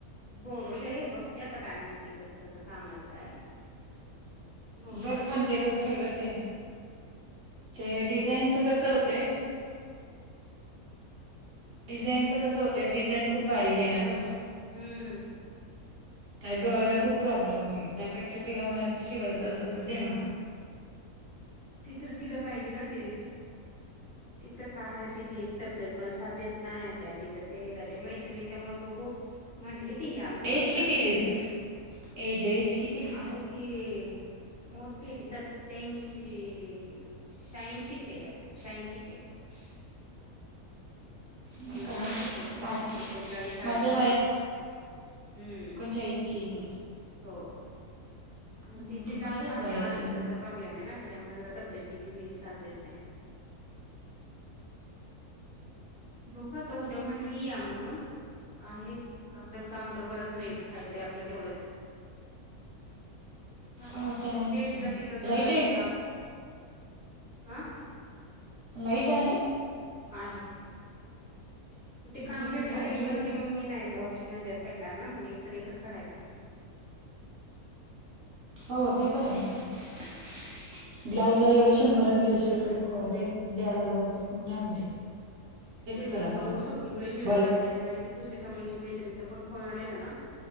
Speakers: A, on the left (about 50°); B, on the right (about 65°).
A: बोलवले बघते आता काय म्हणते कसं कसं कामाचं काय? बघूयात
B: बघ पण ते कस आहे ग ते ते डिझाईनच कस होतय. डिझाईनचं कसं होतय डिझाईन खूप बारीक आहे ना गं
A: हम्म
B: का डोळ्याला खूप प्रॉब्लेम होईल त्यापेक्षा तिला म्हणायचं शिवायचं असेल तर ते म्हणाव.
A: ति तर्र तिला पाहिजे ना तिथे तिचं काय तिची एक तब्येत पण साध्य देत नाही त्या तिथं ते ते मैत्रिणीच्या मुळ बघू म्हंटली ती या म्हण
B: एज
A: उद्या
B: किती आहे तिचं एज एज किती आहे तिचं
A: आहो ते मोठीे त सत्याऐंशी ह शहाऐंशीच आहे काहीतरी शहाऐंशीचे आहे.
B: मग
A: मजा
B: काय
A: आहे.
B: माझ
A: एकोणचाळीस चाळीस
B: माझ्या
A: आहे हम्म
B: च ठीक
A: हो मग
B: हम्म
A: ते तिला
B: माझ्याच
A: कसं
B: वयाची
A: आलसर
B: आहे
A: प्रॉब्लेम आहे ना त्याच्यामुळे ज तब्येततीची बग साथ देत नाही बघू आता उद्या म्हंटली या म्हणून आहे असेल काम तर बरंच होईल काहीतरी आपलं तेवढंच हा
B: हो ते आहेच
A: भेटलं
B: की
A: तिचं तर
B: लाईट आहे
A: तिचां आं
B: लाईट आहे
A: आहे मग
B: आमच्या
A: ते काम
B: इथे
A: भेटलं
B: लाईट
A: रेग्युलर
B: लय
A: कि मग मी नाही ब्लाज छ नाहीजत पडणार ना मग एक तर एकच करायचं
B: हो ते करायच ब्लाउज ला एवढे शंभर आणि दीडशे रुपये द्याय लागल त राहून दे
A: तेच
B: कर
A: ना
B: आपलं
A: अ सगळीकडे शिलाई
B: बल्क
A: वाढली आहेता माझ्या ती पुसे सावळीची मैत्रिणीचा पण फोन आलेला ना